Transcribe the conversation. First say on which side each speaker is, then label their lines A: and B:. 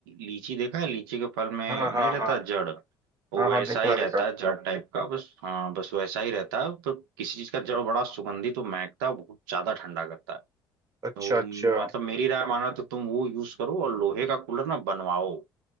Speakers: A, on the right (about 85°); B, on the right (about 30°).
A: लीची देखा है लीची के फल में
B: हाँ हाँ
A: नहीं रहता
B: हाँ
A: जड़ वो
B: हाँ हाँ
A: वैसा
B: देखा
A: ही रहता
B: देखा
A: है जड़ टाइप का बस हाँ बस वैसा ही रहता है पर किसी चीज का जड़ बड़ा सुगंधित तो महकता है बहुत ज्यादा ठंडा करता है
B: अच्छा
A: तो
B: अच्छा
A: मतलब मेरी राय माना तो तुम वो यूज करो और लोहे का कूलर ना बनवाओ